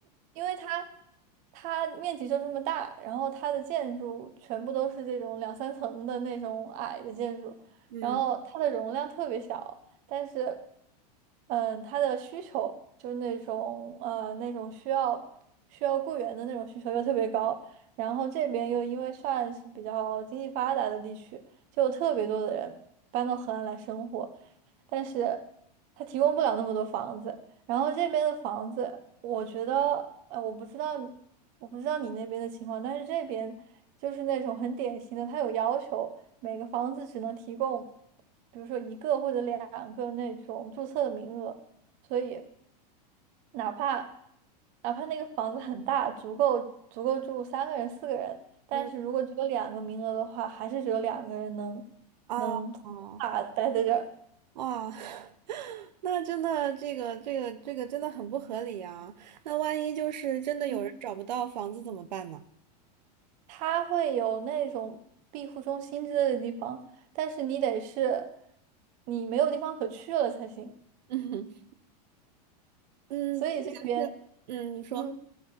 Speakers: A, on the right; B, on the right.
A: 因为它它面积就这么大，然后它的建筑全部都是这种两三层的那种矮的建筑，
B: 嗯
A: 然后它的容量特别小，但是，嗯，它的需求就是那种呃那种需要需要雇员的那种需求又特别高，然后这边又因为算是比较经济发达的地区，就有特别多的人搬到荷兰来生活。但是他提供不了那么多房子。然后这边的房子，我觉得，呃，我不知道我不知道你那边的情况，但是这边就是那种很典型的，他有要求，每个房子只能提供，比如说一个或者两个那种注册的名额，所以哪怕哪怕那个房子很大，足够足够住三个人、四个人，但是如果只有两个名额的话，
B: 嗯，
A: 还是只有两个人能
B: 哦哦
A: 能 <laughs> <tsk> 啊待在这儿。
B: 哇，<laughs> 那真的这个这个这个真的很不合理啊！那万一就是真的有人找不到房子怎么办呢？
A: 嗯它会有那种庇护中心之类的地方，但是你得是你没有地方可去了才行。
B: <laughs> 嗯嗯，
A: 所以这边，
B: 假设嗯，你说
A: 嗯，